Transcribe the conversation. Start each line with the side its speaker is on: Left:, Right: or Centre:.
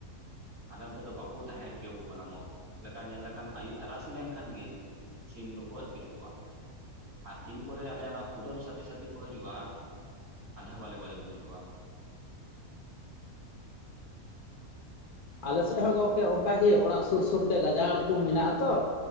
Right: ᱟᱞᱮ ᱚᱱᱛᱮ ᱫᱚ ᱵᱟᱠᱩ ᱛᱟᱦᱮᱸ ᱦᱚᱪᱚ ᱟᱠᱚ ᱠᱟᱱᱟ ᱢᱚᱡᱽ ᱛᱮ ᱪᱮᱫ ᱞᱮᱠᱟ ᱧᱮᱞ ᱞᱮᱠᱷᱟᱱ ᱟᱭᱩᱵ ᱛᱟᱨᱟᱥᱤᱧ ᱞᱮᱱᱠᱷᱟᱱ ᱜᱮ ᱥᱤᱢ ᱫᱚᱠᱚ ᱟᱹᱛᱠᱤᱨ ᱠᱚᱣᱟ᱾ ᱟᱨ ᱛᱤᱱ ᱠᱚᱨᱮ ᱟᱞᱮ ᱚᱱᱟ ᱠᱩᱰᱟᱹᱢ ᱥᱟᱛᱮ ᱥᱟᱛᱮ ᱠᱚ ᱦᱤᱡᱩᱜᱼᱟ ᱟᱞᱮᱦᱚ ᱵᱟᱞᱮ ᱵᱟᱞᱮ ᱵᱩᱡᱷᱟᱹᱣᱟ᱾
Left: ᱟᱞᱮ ᱥᱮᱫ ᱦᱚᱸ ᱜᱚᱝᱠᱮ ᱚᱝᱠᱟᱜ ᱜᱮ ᱚᱲᱟᱜ ᱥᱩᱨ ᱥᱩᱨᱛᱮ ᱜᱟᱡᱟᱲ ᱠᱩ ᱢᱮᱱᱟᱜᱼᱟ ᱛᱚ,